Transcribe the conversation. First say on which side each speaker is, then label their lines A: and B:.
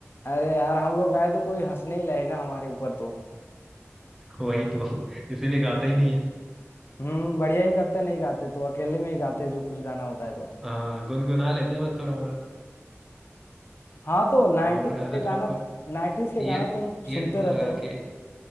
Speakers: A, on the left (about 55°); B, in the centre.
A: अरे यार हम लोग गाए तो कोई हंसने ही लगेगा हमारे ऊपर तो
B: वही तो इसीलिए गाते ही नहीं है
A: हम्म बढ़िया ही करते नहीं गाते तो अकेले में ही गाते जो कुछ गाना होता है तो
B: हाँ गुनगुना लेते हैं बस थोड़ा मोड़ा
A: हाँ तो नाइन्टीज
B: और ऐसे
A: के गाना
B: तो मतलब
A: नाइन्टीज के
B: ईयर
A: गाना तुम सुनते
B: ईयरफोन
A: रहते
B: लगा
A: हो
B: के